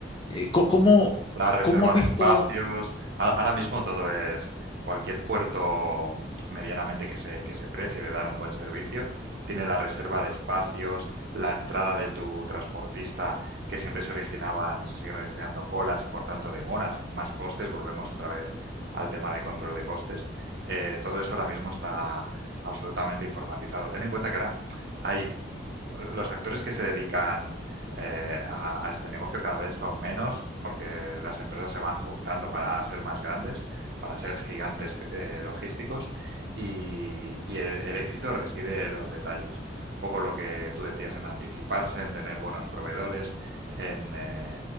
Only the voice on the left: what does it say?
Eh, co- ¿cómo,
cómo has visto?